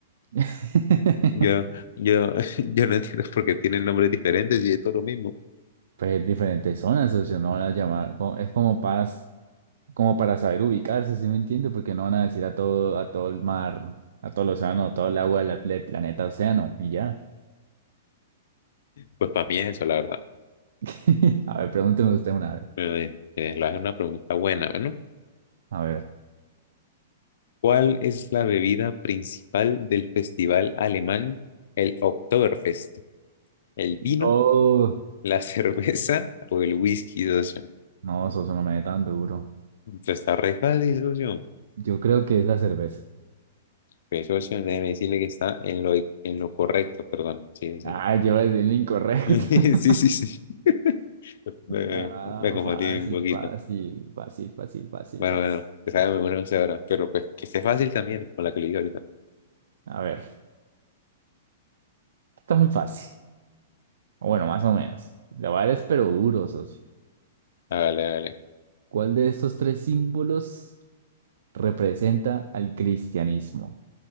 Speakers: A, on the right (about 75°); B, on the left (about 65°).
A: <laughs>
B: Yo, yo, <laughs> yo no entiendo por qué tienen nombres diferentes y es todo lo mismo.
A: Pues diferentes zonas, socio, no van a llamar, co- es como para, como para saber ubicarse, ¿sí me entiende? Porque no van a decir a todo, a todo el mar, a todo el océano, a todo el agua del, del planeta océano, y ya.
B: Pues para mí es eso, la verdad.
A: <laughs> A ver, pregúnteme usted una vez.
B: Pero, eh, eh, la es una pregunta buena, ¿no?
A: A ver.
B: ¿Cuál es la bebida principal del festival alemán, el Oktoberfest? ¿El vino,
A: Oh,
B: la <laughs> cerveza o el whisky, socio?
A: no, socio, no me dé tan duro.
B: Pues está re fácil, socio.
A: Yo creo que es la cerveza.
B: Pues, socio, déjeme decirle que está en lo, en lo correcto, perdón. Sí, sí.
A: Ah, yo voy a decir el incorrecto.
B: <laughs>
A: <laughs>
B: Sí, sí, sí. <laughs> Me,
A: Ah,
B: me confundí
A: fácil,
B: un poquito.
A: fácil, fácil, fácil, fácil,
B: Bueno,
A: fácil.
B: bueno, pues hágame una usted ahora. Pero pues que sea fácil también, con la que le dije ahorita.
A: A ver, está muy fácil. O Bueno, más o menos. La voy a dar es pero duro, socio.
B: Hágale, hágale.
A: ¿Cuál de estos tres símbolos representa al cristianismo?